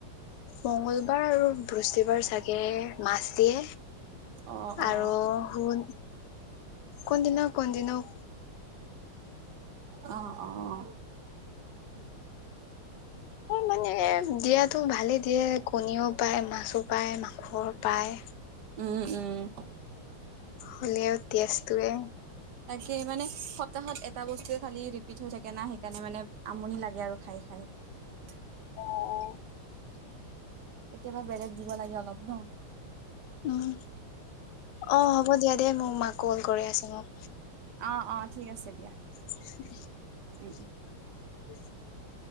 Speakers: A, on the left; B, on the right.
A: মঙ্গলবাৰ আৰু বৃহস্পতিবাৰ চাগে মাছ দিয়ে।
B: অ অ
A: আৰু শু কোনদিনা কোন দিনো
B: অ অ অ।
A: মানে দিয়া - টো ভালেই দিয়ে, কণীও পায়, মাছো পায়, মাংসৰ পায়।
B: উম উম ।
A: হলেও টেষ্টটোৱে,
B: স মানে সপ্তাহত এটা বস্তুৱে খালি ৰিপিট হৈ থাকে না, সেইকাৰণে মানে আমনি লাগে আৰু খাই খাই। <unintelligible>
A: অ
B: কেতিয়াবা বেলেগ দিব লাগে অলপ ন
A: উম অ হ'ব দিয়া দে মোৰ মাক কল কৰি আছে মোক
B: অ অ ঠিক আছে দিয়া
A: <unintelligible>
B: উম উম
A: <inaudible>